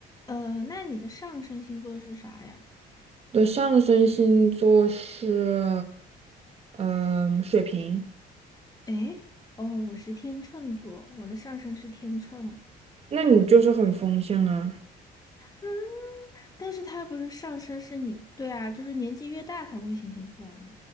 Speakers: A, on the left (about 20°); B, on the right (about 35°).
A: 呃，那你的上升星座是啥呀？
B: 我的上升星座是嗯、水瓶。
A: 诶，哦，我是天秤座，我的上升是天秤。
B: 那你就是很风向啊。
A: 嗯，但是它不是上升是你，对啊，就是年纪越大才会显现出来嘛。